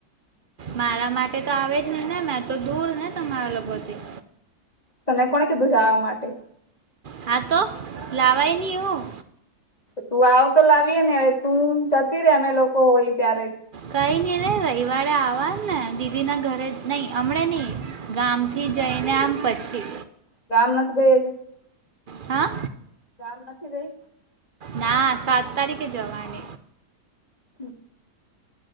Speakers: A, on the right; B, on the left.
A: મારા માટે તો આવે જ નહી ને મેં તો દૂર ને તમારા લોકોથી
B: તને કોને કીધું જાવા માટે?
A: હા તો લાવાય નહી હું
B: તું આવ તો લાવીએે ને હવે તું જતી રે અમે લોકો હોય ત્યારે
A: કઈ નહી રે રવિવારે આવવા ને દીદી ના ઘરે નહી હમણે નહી ગામ થી જઈને આમ પછી
B: ગામ નથી ગય હજી?
A: હા!
B: કામ નથી ગઈ
A: ના સાત તારીખે જવાની
B: હમ